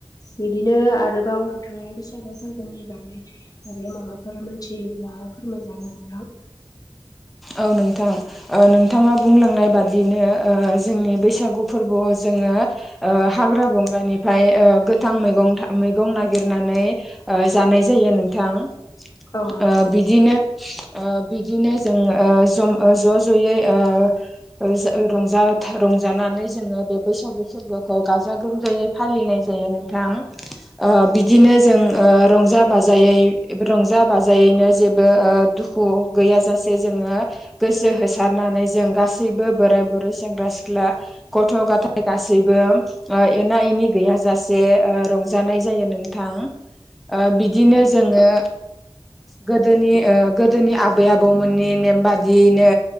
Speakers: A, on the left; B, in the centre.
A: बिदिनो आरोबाव नोंथाङा बैसागो आसारफोनि बागै आरो मा माबाफोर मोनथियोब्ला फोरमायजागोन नोंथां
B: औ नोंथां ओ नोंथाङा बुंलांनाय बादिनो ओ जोंनि बैसागु फोरबोआव जि जोङो ओ हाग्रा बंग्रानिफ्राय ओ गोथां मैग मैगं नागिरनानै ओ जानाय जायो नोंथां ओ
A: औ नंगौ
B: बिदिनो ओ बिदिनो जोङो ओ ज'यै ज'यै ओ ओरै जों रंजा रंजानानै जोङो बे बैसागु फोरबोखौ गाजा गोमजायै फालिनाय जायो नोंथां बिदिनो जों ओ रंजा बाजायै रंजा बाजायैनो जेबो ओ दुखु गैया जासे जोङो गोसो होसारनानै जों गासैबो बोराय बुरै सेंग्रा सिख्ला गथ' गथ' गथाय गासैबो ओ एना एनि गैयाजासे रंजानाय जायो नोंथां। ओ बिदिनो
A: औ औ
B: जोङो गोदोनि गोदोनि आबै आबौ मोननि नेम बादियैनो